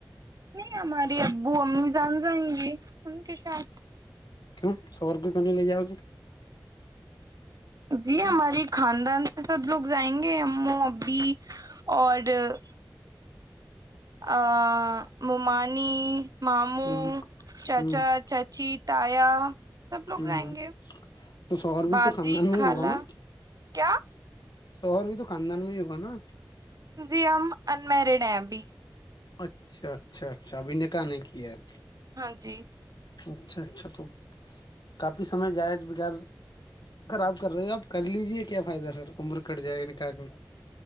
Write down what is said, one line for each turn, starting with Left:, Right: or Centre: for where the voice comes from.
Right: نہیں ہماراری ابو امی جان جائیں گی ان کے ساتھ
Left: کیوں سوور کو کیوں نہیں لے جاؤ گے
Right: جی ہماری خاندان سے سب لوگ جائیں گے ہمو ابھی اور ب آ ممانی ماموں
Left: ہ
Right: چاچا
Left: ہ
Right: چاچی <unintelligible>
Left: ہ
Right: جائیں
Left: ہ
Right: گے
Left: تو شہر
Right: باجی
Left: بھی تو خاندان میں
Right: خالہ
Left: ہی ہوگا نا
Right: کیا
Left: شوہر بھی تو کاندان میں ہی ہوگا نا
Right: ی ہم انمیرڈ ہیں ابھی
Left: اچھا اچھا اچھا ابھی نے کہ نہیں کیا ہے
Right: ہاں جی
Left: اچھا اچھا تو کافی سمے جائج بغیر اگر آپ کر رہے ہو آپ کر لیجیے کیا فائدہ سر عمر کٹ جائے گا نک میں